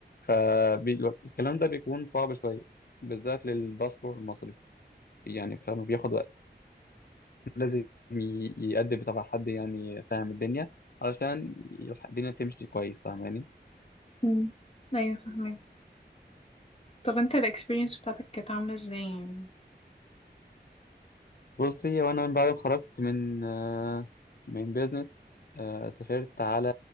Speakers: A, on the left (about 55°); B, on the left (about 35°).
A: فالكلام ده بيكون صعب شويه بالذات للباسبور المصري يعني فما بياخد وقت لازم ي- يقدم تبع حد يعني فاهم الدنيا علشان الدنيا تمشي كويس فاهماني
B: أمم. ايوه فهمت طب انت الاكسبيرينس بتاعتك كانت عامله ازاي يعني
A: بصي وانا من بعد ما اتخرجت من آه، من بيزنس آه، سافرت على